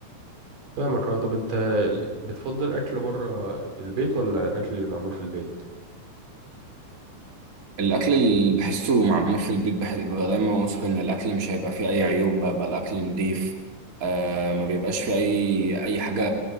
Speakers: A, on the right; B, on the right.
A: فاهمك اه طب انت ال- بتفضل اكل بره البيت ولا الاكل المعمول في البيت
B: الاكل اللي بحسه معمول في البيت بحس ببقى دايما واثق ان الاكل مش هيبقى فيه اي عيوب بقى الاكل نضيف آه ما بيبقاش فيه اي اي حاجه